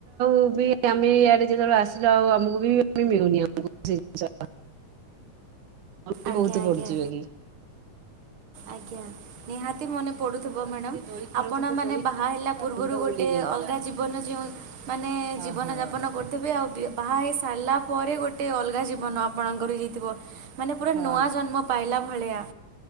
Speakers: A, on the right; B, on the right.
A: ଉ ବି ଆମେ ଇଆଡ଼େ ଯେତେବେଳେ ଆସିଲୁ ଆଉ ଆମକୁ ବି ଆେ ମିଳୁନି ଆମକୁ ସେ ଜିନିଷ। ମନେ
B: ଆଜ୍ଞା
A: ବହୁତ
B: ଆଜ୍ଞା
A: ପଡୁଛି <unintelligible>
B: ଆଜ୍ଞା ନିହାତି ମନେ ପଡ଼ୁଥିବ
A: ଆଗରୁ ତ
B: ମ୍ୟାଡ଼ମ୍
A: ଏତେ ଦୋଳି ଖେଳୁଥିଲୁ
B: ଆପଣ ମାନ
A: ଦୋଳି
B: ବାହା
A: ଖେଳି
B: ହେଲା
A: ଖେଳିକା
B: ପୂର୍ବରୁ
A: ମୁଣ୍ଡ
B: ଗୋଟେ
A: ବୁଲେଇ ଯାଉଥିଲା
B: ଅଲଗା ଜୀବନ ଯେଉଁ ମାନେ
A: ଓହୋ
B: ଜୀବନଯାପନ କରିଥିବେ ଆଉ ବି ବାହା ହେଇ ସାରିଲା ପରେ ଗୋଟେ ଅଲଗା ଜୀବନ ଆପଣଙ୍କର ହେଇଥିବ ମାନେ ପୁରା
A: ହଁ
B: ନୂଆ ଜନ୍ମ ପାଇଲା ଭଳିଆ